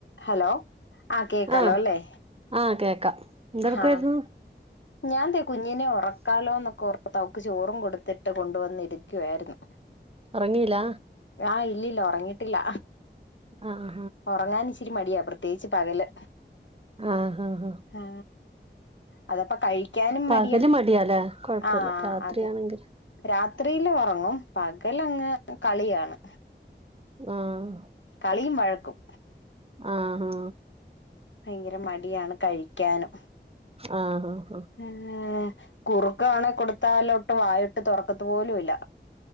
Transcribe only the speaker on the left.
Hello ആ കേക്കാലോ
അല്ലേ
ഹാ ഞാൻതെ കുഞ്ഞിനെ ഉറക്കാലോന്നൊക്കോർ ത്ത് അവക്ക് ചോറും കൊടുത്തിട്ട് കൊണ്ടുവന്നിരിക്കുവായിരുന്നു.
ആ ഇല്ലില്ല ഒറങ്ങിട്ടില്ല
ഒറങ്ങാൻ ഇച്ചിരി മടിയാ പ്രത്യേകിച്ച് പകല്
ആ അതപ്പ കഴിക്കാനും
മടിയാ
ആ ആ
അതെ രാത്രില് ഒറങ്ങും പകലങ്ങ് കളിയാണ്
കളിയും വഴക്കും
ഭയങ്കര മടിയാണ് കഴിക്കാനും
ഈഹ് കുറുക്കാണേ കൊടുത്താലൊട്ട് വായൊ ട്ട് തൊറക്കത്ത് പോലു ഇല്ല